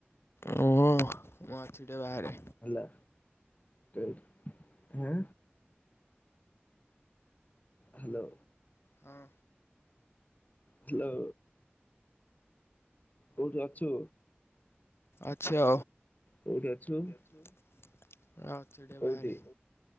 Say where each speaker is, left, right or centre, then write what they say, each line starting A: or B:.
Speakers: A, on the left (about 75°); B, on the left (about 40°).
A: ମୁଁ ଅଛି ଟିକେ ବାହାରେ।
B: ହେଲା ଟ୍ରେଡ ହେଁ ହ୍ୟାଲୋ!
A: ହଁ
B: ହ୍ୟାଲୋ! କୋଉଠି ଅଛୁ?
A: ଆଛା।
B: କୋଉଠି ଅଛୁ।
A: ଆଛି ଟିକେ
B: କୋଉଠି
A: ବାହାରେ